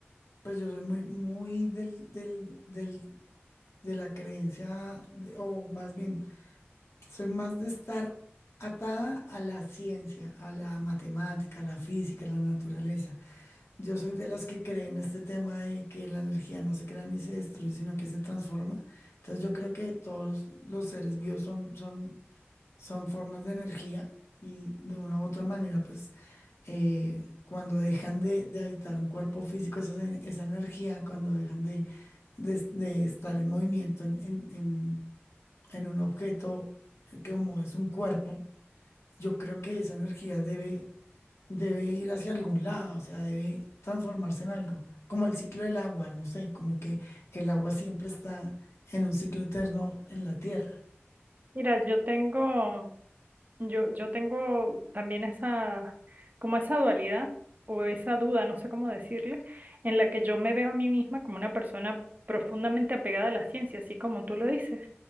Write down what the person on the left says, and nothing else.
pues yo soy muy, muy del, del, del, de la creencia, de- o más bien, soy más de estar atada a la ciencia, a la matemática, a la física, a la naturaleza. Yo soy de las que creen este tema de que la energía no se crea ni se destruye, sino que se transforma. Entonces yo creo que todos los seres vivos son, son son formas de energía y de una u otra manera, pues eh, cuando dejan de, de habitar un cuerpo físico, esa, esa energía, cuando dejan de, de- de estar en movimiento en, en- en- en un objeto eh, que como es un cuerpo, yo creo que esa energía debe, debe ir hacia algún lado, o sea, debe transformarse en algo, como el ciclo del agua, no sé, como que el agua siempre está en un ciclo eterno en la tierra.